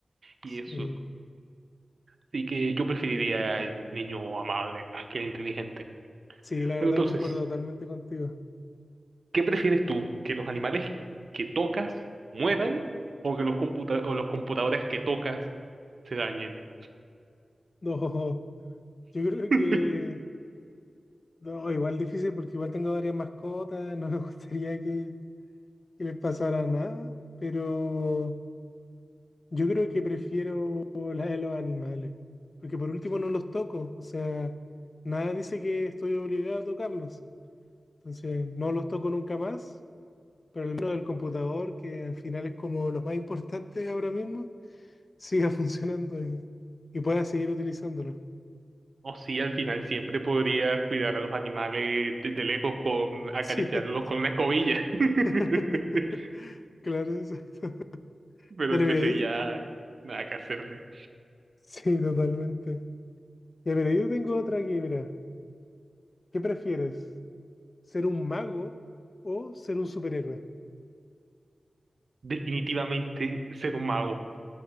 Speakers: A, on the right (about 65°); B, on the left (about 50°).
A: y
B: Sí,
A: eso. Así que yo preferiría el niño amable más que el inteligente.
B: sí, la verdad
A: Bueno, entonces,
B: concuerdo totalmente contigo. <laughs>
A: ¿qué prefieres tú? ¿Que los animales que tocas mueran o que los computa- o los computadores que tocas se dañen?
B: No, yo creo
A: <laughs>
B: que... No, igual difícil porque igual tengo varias mascotas, no me <laughs> gustaría que, que les pasara nada, pero yo creo que prefiero la de los animales, porque por último no los toco, o sea, nada dice que estoy obligado a tocarlos, entonces no los toco nunca más, pero al menos el computador, que al final es como lo más importante ahora mismo, siga <laughs> funcionando y, y pueda seguir utilizándolo.
A: O sí, al final siempre podría cuidar a los animales de, de lejos con acariciarlos
B: Sí,
A: con una escobilla. <laughs>
B: <laughs> claro, exacto.
A: Pero
B: Dale,
A: el PC
B: mira, yo,
A: ya nada que hacerle.
B: Sí, totalmente. Ya, pero yo tengo otra aquí, mira. ¿Qué prefieres? ¿Ser un mago o ser un superhéroe?
A: Definitivamente ser un mago.